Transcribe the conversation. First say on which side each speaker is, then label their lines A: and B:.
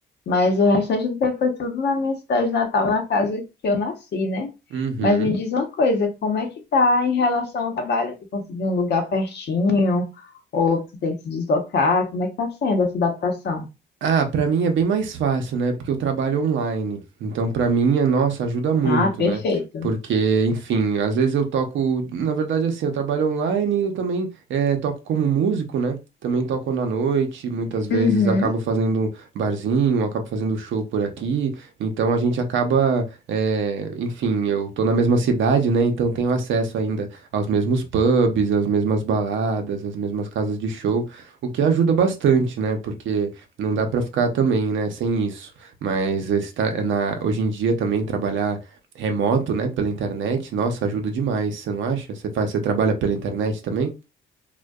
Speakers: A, on the left; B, on the right.
A: mas o restante do tempo foi tudo na minha cidade natal, na casa que eu nasci, né?
B: Uhum.
A: Mas me diz uma coisa, como é que tá em relação ao trabalho? Tu conseguiu um lugar pertinho? Ou tu tem que se deslocar? Como é que tá sendo essa adaptação?
B: Ah, pra mim é bem mais fácil, né? Porque eu trabalho online. Então, pra mim, é, nossa, ajuda muito,
A: Ah, perfeito.
B: né? Porque, enfim, às vezes eu toco. Na verdade, assim, eu trabalho online e eu também eh, toco como músico, né? Também toco na noite, muitas vezes
A: Uhum.
B: acabo fazendo um barzinho, acabo fazendo show por aqui. Então a gente acaba, eh, enfim, eu tô na mesma cidade, né? Então tenho acesso ainda aos mesmos pubs, às mesmas baladas, às mesmas casas de show, o que ajuda bastante, né? Porque não dá pra ficar também, né, sem isso. Mas esse tá- é na, hoje em dia também trabalhar remoto, né, pela internet, nossa, ajuda demais, você não acha? Você faz, você trabalha pela internet também?